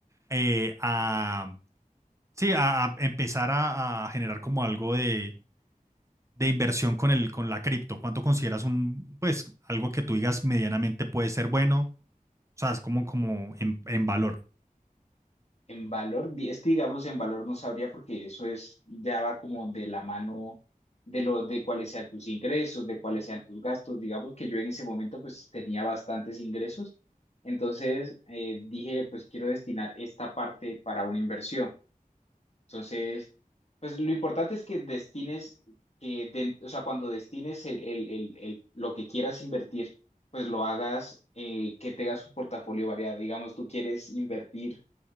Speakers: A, on the right; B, on the left.
A: eh, a, sí, a, a empezar a, a generar como algo de, de inversión con el, con la cripto? ¿Cuánto consideras un, pues, algo que tú digas medianamente puede ser bueno? O sea, es como, como en en valor.
B: En valor, di- este digamos en valor no sabría porque eso es, ya va como de la mano de lo, de cuáles sean tus ingresos, de cuáles sean tus gastos. Digamos que yo en ese momento pues tenía bastantes ingresos, entonces eh, dije pues quiero destinar esta parte para una inversión. Entonces, pues lo importante es que destines, que den- o sea, cuando destines el, el- el- el- lo que quieras invertir, pues lo hagas, eh, que tengas un portafolio variado. Digamos, tú quieres invertir